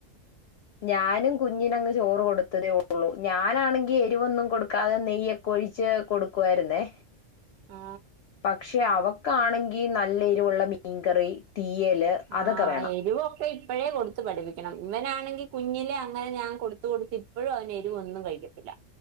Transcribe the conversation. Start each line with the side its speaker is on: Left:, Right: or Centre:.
Left: ഞാനും കുഞ്ഞിനങ്ങ് ചോറ് കൊടുത്തതേ ഉള്ളൂ. ഞാനാണെങ്കി എരിവൊന്നും കൊടുക്കാതെ നെയ്യൊക്കെ ഒഴിച്ച് കൊടുക്കുവായിരുന്നേ
Right: ആ
Left: പക്ഷെ അവക്കാണെങ്കി നല്ല എരിവുള്ള മീൻകറി തീയല്
Right: ആഹ്
Left: അതൊക്കെ വേണം
Right: എരുവൊക്കെ ഇ ഇപ്പഴേ കൊടുത്ത് പഠിപ്പിക്കണം ഇവനാണെങ്കി കുഞ്ഞിലെ അങ്ങനെ ഞാൻ കൊടുത്ത് കൊടുത്ത് ഇപ്പഴും അവന് എരിവ് ഒന്നും കഴിക്കത്തില്ല